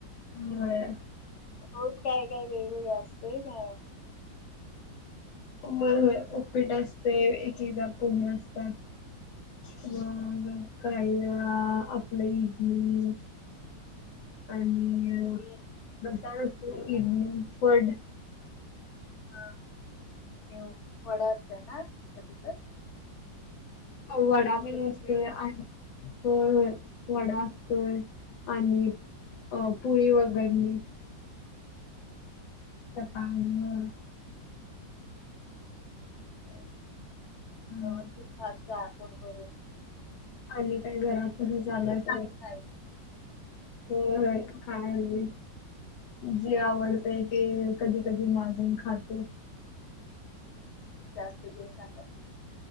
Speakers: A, on the left (about 85°); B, on the left (about 45°).
A: होय.
B: रोज काय काय वेगवेगळ असते काय?
A: होय होय उपीट असते, एक एकदा पुहे असतात. ह
B: अं,
A: काय आपलं इडली. आणि
B: इडली
A: अ
B: आणि
A: रस्ता व्यवस्तीत इव्हिनिंग पड <inaudible>
B: हा <unintelligible>
A: वडा
B: तिथं
A: पण
B: लिहिलेलं
A: असतोय अ आणि होय होय वडा असतोय आणि अ पोळी वगैरे. तसा आणि वर
B: होय
A: हं.
B: व्यवस्तीत खात जा पोट भरून.
A: आणि काय घरात कमी झालंय काय
B: ठीक हाय.
A: होय होय खयालोय. जे आवडतय ते कधी कधी मागून खाते.
B: जास्त जन खातात.